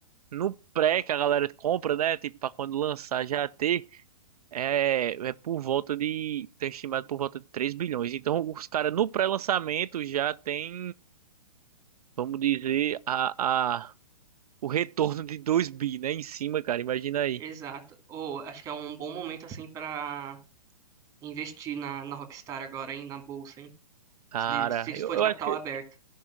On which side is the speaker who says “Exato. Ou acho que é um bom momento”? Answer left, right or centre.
Right